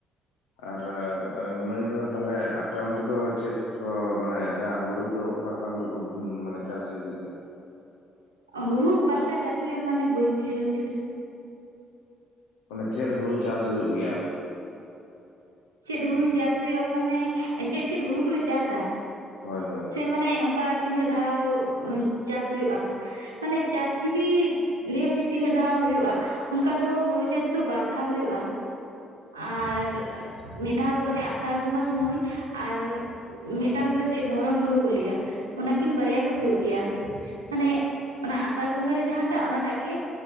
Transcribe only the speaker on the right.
ᱦᱩᱲᱩ ᱚᱠᱟᱞᱮᱠᱟ ᱪᱟᱥ ᱦᱩᱭᱩᱜᱼᱟ ᱢᱟᱱᱮ ᱵᱟᱹᱧ ᱵᱩᱡᱷᱟᱹᱣ ᱦᱚᱪᱚ
ᱪᱮᱫ ᱦᱩᱲᱩ ᱪᱟᱥ ᱦᱩᱭᱩᱜᱼᱟ ᱢᱟᱱᱮ ᱪᱮᱫ ᱪᱮᱫ ᱦᱩᱲᱩ ᱠᱚᱞᱮ ᱪᱟᱥᱟ
ᱥᱮ ᱢᱟᱱᱮ ᱚᱱᱠᱟ ᱛᱤᱱᱟᱹᱜ ᱫᱷᱟᱣ ᱪᱟᱥ ᱦᱳᱜᱼᱟ ᱢᱟᱱᱮ ᱪᱟᱥ ᱡᱩᱫᱤ ᱞᱟᱹᱭᱟᱢ ᱡᱮ ᱛᱤᱱᱟᱹᱜ ᱫᱷᱟᱣ ᱦᱩᱭᱩᱜᱭᱼᱟ ᱚᱱᱠᱟ ᱫᱚ ᱦᱩᱲᱩ ᱪᱟᱥ ᱫᱚ ᱵᱟᱨ ᱫᱷᱟᱣ ᱦᱩᱭᱩᱜᱼᱟ ᱟᱨ ᱢᱤᱫ ᱫᱷᱟᱣ ᱫᱚ ᱚᱱᱮ ᱟᱥᱟᱲ ᱵᱚᱸᱜᱟ ᱥᱚᱢᱚᱭ ᱟᱨ ᱢᱤᱫᱴᱟᱝ ᱫᱚ ᱪᱮᱫ ᱫᱷᱚᱨᱚᱱ ᱦᱩᱲᱩ ᱠᱚ ᱞᱟᱹᱭᱟ ᱚᱱᱟ ᱠᱤᱱ ᱵᱟᱨᱭᱟ ᱜᱮ ᱦᱩᱭᱩᱜ ᱜᱮᱭᱟ ᱢᱟᱱᱮ ᱚᱱᱟ ᱟᱥᱟᱲ ᱵᱚᱸᱜᱟ ᱨᱮ ᱡᱟᱦᱟᱸ ᱚᱱᱟᱴᱟᱜ ᱚᱱᱟᱴᱟᱜ ᱜᱮ